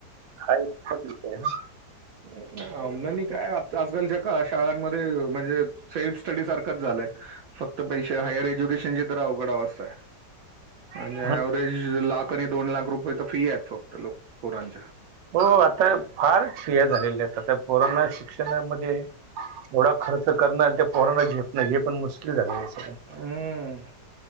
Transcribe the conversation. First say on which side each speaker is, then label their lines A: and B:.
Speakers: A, on the right; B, on the right.
A: हा इतका ठिक आहे ना?
B: न नाही काय, आत-आजकालच्या का, शाळांमध्ये म्हणजे सेल्फ स्टडी सारखंच झालंय, फक्त पैसे, हायर एज्युकेशनची तर अवघड अवस्था य. आणि
A: पण-
B: ॲव्हरेज लाख आणि दोन लाख रुपये, त फी आहेत, फक्त लोक-पोरांच्या.
A: हो आता फार फिया झालेल्यात, आता पोरांना शिक्ष त्याणामध्ये एवढा खर्च करणं आणि ते पोरांना झेपणं, हे पण मुश्किल झालेल हे सगळं.
B: उम. हम्म.